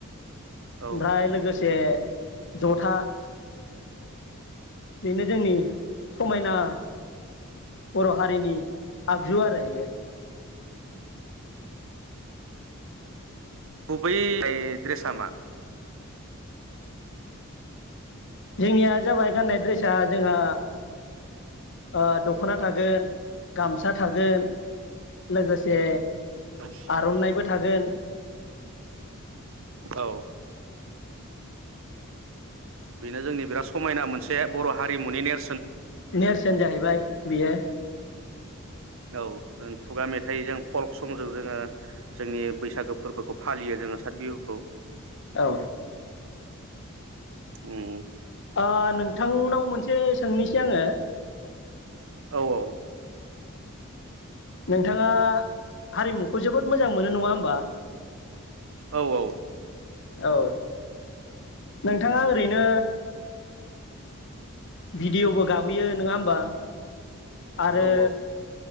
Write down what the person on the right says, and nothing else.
औ
गुबै ऐ द्रेसा मा
औ
औ बेनो जोंनि बिराद समायना मोनसे बर'हारिमुनि नेर
औ ओं खुगा मेथाइजों फल्क संजों जोंङो जोंनि बैसागो फोरबोखौ फालियो जोंङो साथ बिहुखौ
अम
औ औ
औ औ
औ